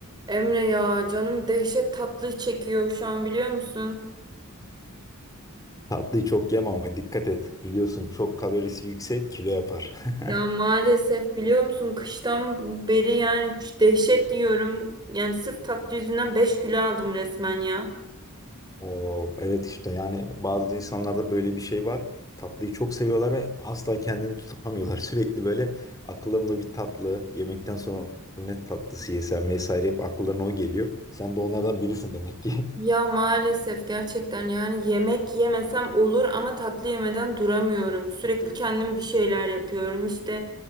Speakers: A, on the right; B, on the left.
A: Emre ya canım dehşet tatlı çekiyor şu an biliyor musun?
B: Tatlıyı çok yeme ama dikkat et. Biliyorsun çok kalorisi yüksek kilo yapar.
A: Ya
B: <laughs>
A: maalesef biliyor musun kıştan beri yani ç- dehşet yiyorum. Yani sırf tatlı yüzünden 5 kilo aldım resmen ya.
B: Oo, evet işte yani bazı insanlarda böyle bir şey var. Tatlıyı çok seviyorlar ve asla kendini tutamıyorlar. <laughs> Sürekli böyle akıllarında bir tatlı, yemekten sonra ne tatlısı yesem vesaire hep akıllarına o geliyor. Sen de onlardan birisin demek ki.
A: Ya maalesef gerçekten yani yemek yemesem olur ama tatlı yemeden duramıyorum. Sürekli kendim bir şeyler yapıyorum işte.